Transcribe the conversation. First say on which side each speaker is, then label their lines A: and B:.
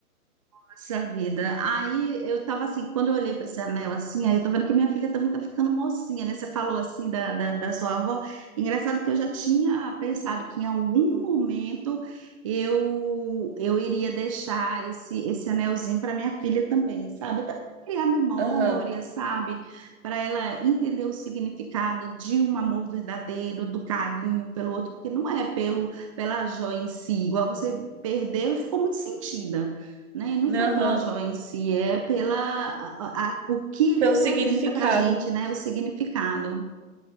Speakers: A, on the right; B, on the right.
A: Nossa vida. Aí eu tava assim, quando eu olhei para esse anel assim, aí eu tô vendo que minha filha também tá ficando mocinha, né? Você falou assim da, da, da sua avó. Engraçado que eu já tinha pensado que em algum momento eu eu iria deixar esse, esse anelzinho para minha filha também, sabe? Até pra criar memória,
B: Aham,
A: sabe? Para ela entender o significado de um amor verdadeiro, do carinho pelo outro, porque não é pelo pela joia em si, igual você perdeu e ficou muito sentida né? E não foi
B: aham.
A: pela joia em si, é pela a- a- o que ele
B: Pelo
A: representa
B: significado.
A: para a gente, né? O significado.